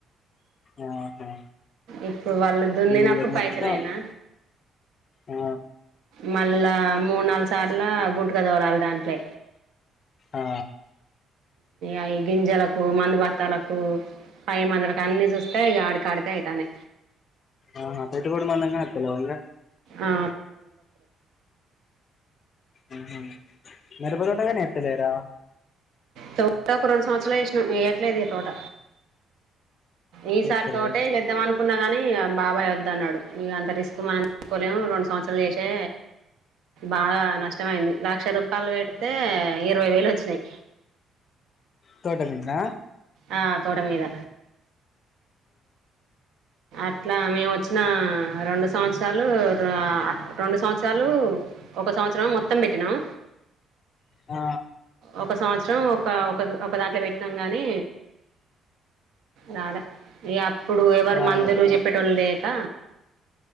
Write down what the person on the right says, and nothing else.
ఇప్పుడు వాళ్ళు దున్నినప్పుడు
పైసల అయినా
మ మళ్ళా మూడు నాలుగు సార్లు గుంట క తోలాలి దాంట్లో
అయి గింజలకు మందుభత్తాలకు పై మందులకు అన్ని చూస్తే ఆడి కాడి అయితాని
ఆ
త త ఒక రెండు సంవత్సరాల చేసినం ఎయ్యాట్లేదు ఇక తోట ఈసారి
తోటే చేద్దాం అనుకున్నా గానీ బాబాయ్ వద్దు అన్నాడు ఇగ అంత రిస్క్ మనం తీసుకోలేము రెండు సంవత్సరాలు చేసే బాగా నష్టమయింది లక్ష రూపాయలు పెడితే ఇరవై వేలు వచ్చినాయి
ఆ తోట మీద ఇట్లా మేము వచ్చిన రెండు సంవత్సరాలు ఆ రెండు సంవత్సరాలు ఒక సంవత్సరం మొత్తం పెట్టినం
ఒక సంవత్సరం ఒక ఒక ఒక దాంట్లో పెట్నాాం గాని రాలే అప్పుడు ఎవరు
మందులు చెప్పేట వాళ్ళు లేయక